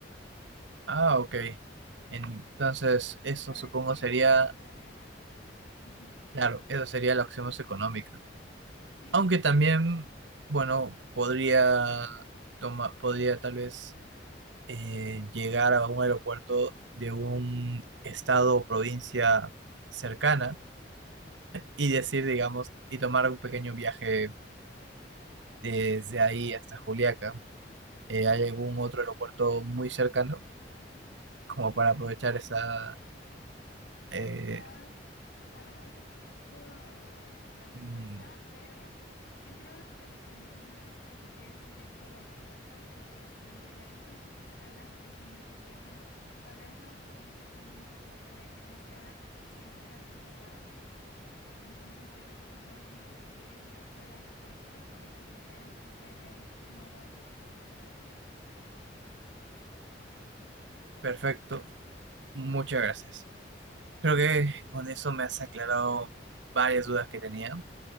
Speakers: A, on the right (about 80°); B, on the left (about 65°).
A: Ah, ok. Entonces, eso
B: para
A: supongo
B: que llegues
A: sería
B: directo eh, a Culiacán. Ujú.
A: Claro, eso sería la opción más económica.
B: Sí,
A: Aunque también, bueno, podría toma, podría tal vez eh, llegar a un aeropuerto de un estado o provincia cercana y decir, digamos, y tomar un pequeño viaje desde ahí hasta Juliaca. Eh, ¿hay algún otro aeropuerto muy cercano como
B: eh,
A: para aprovechar esa...
B: La
A: eh,
B: verdad, la verdad desconozco la respuesta,
A: mm,
B: pero yo creo te recomiendo más que llegues directo al aeropuerto porque si realizas una escala, aunque sea muy pequeña, pagar en autobús aquí en México puede que no sea siempre la opción más barata. Entonces te recomiendo mejor que llegues directo al aeropuerto de Culiacán y ya de ahí te muevas directamente a tu hotel.
A: perfecto, muchas gracias. Creo que con eso me has aclarado varias dudas que tenía.